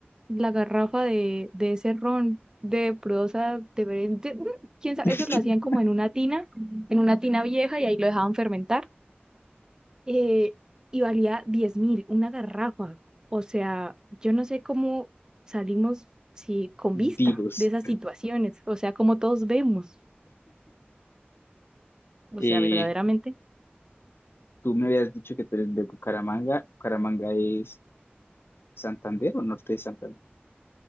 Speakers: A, on the right (about 20°); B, on the left (about 70°).
A: la garrafa de, de ese ron de prosa de, de- quién sabe,
B: <laughs>
A: eso lo hacían como en una tina, en una tina vieja y ahí lo dejaban fermentar eh, y valía diez mil, una garrafa. O sea, yo no sé cómo salimos si con
B: Divos.
A: vista de esas situaciones, o sea, como todos vemos, o
B: Eh,
A: sea, verdaderamente,
B: tú me habías dicho que tú eres de Bucaramanga. Bucaramanga es Santander o norte de Santander.